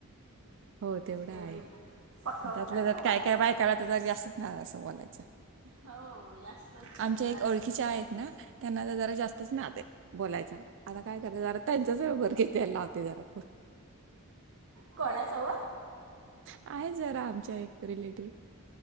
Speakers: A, on the right; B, on the right.
A: हो तेवढा
B: एवढी
A: आहे.
B: पकवतात
A: त्यातलं त्यात
B: हो बायका
A: काय काय बा त्याला तर जरी जास्तच नाही असं बोलायचं.
B: हो जास्त
A: आमच्या
B: छंद
A: एक
B: असतो
A: ओळखीच्या आहेत
B: चगलीला.
A: ना त्यांना जरा जास्तच नाद ये. बोलायचा आता काय <unintelligible> जरा त्यांचाचरोबर घेती लावते जरा
B: कोणासोबत?
A: आहे जरा आमच्या एक रिलेटिव्ह.